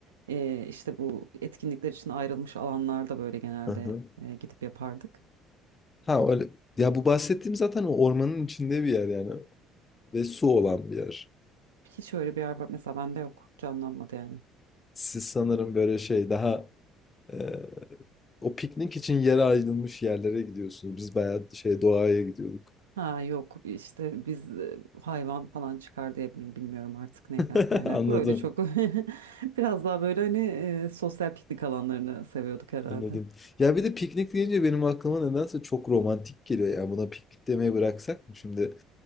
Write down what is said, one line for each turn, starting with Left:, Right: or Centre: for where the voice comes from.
Right: e, işte bu etkinlikler için ayrılmış alanlarda böyle genelde
Left: aha.
Right: e, gidip yapardık.
Left: Ha öyle. Ya bu bahsettiğim zaten o ormanın içinde bir yer yani ve su olan bir yer.
Right: Hiç öyle bir yer var mesela bende yok canlanmadı yani.
Left: Siz sanırım böyle şey daha e, o piknik için yere ayrılmış yerlere gidiyorsunuz. Biz bayağı şey doğaya gidiyorduk.
Right: Ha yok işte biz e, hayvan falan çıkar diye mi bilmiyorum artık neyden
Left: <laughs>
Right: kaynaklı
Left: Anladım.
Right: öyle çok <laughs> biraz daha böyle hani e, sosyal piknik alanlarını seviyorduk herhalde.
Left: Anladım. Ya bir de piknik deyince benim aklıma nedense çok romantik geliyor. Yani buna piknik demeyi bıraksak mı şimdi?